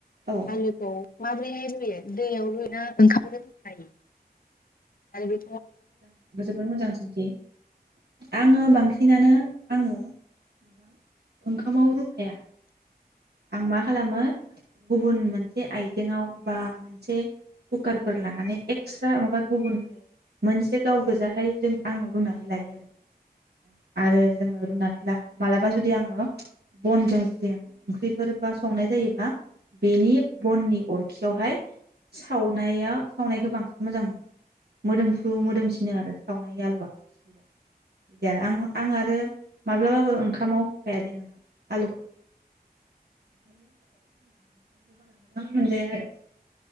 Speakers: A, on the right; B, on the left.
A: औ
B: आलुखौ माब्रैहाय रुयो दैयाव रुयोना ओंखामजों रुफायो आरो बे
A: मोजां जोबोर मोजां सोंथि आङो बांसिनानो आङो दा ओंखामाव रुफाया आं मा खालामो गुबुन मोनसे आइजेंआव बा मोनसे कुकारफोर लानानै एक्सट्रा माबा गुबुनहाय मोनसे गाव गोजाहाय जों आङो रुनानै लायो आरो जों जोङो रुनानै लाखा मालाबा जुदि आङो बनजों जुदि ओंख्रिफोर बा संनाय जायोबा बेनि बननि अरखियावहाय सावनाया सावनायखौ बांसिन मोजां मोनो मोदोमफ्रु मोदोमसिनो आरो सावनाय आलुआ सिफ्लेबा बिदि आरो आं आं आरो माब्लाबाबो ओंखामाव होफाया दे नोंथां आलुखौ <inaudible> ओंखामखौ बारा मोजां मोनजाया आरो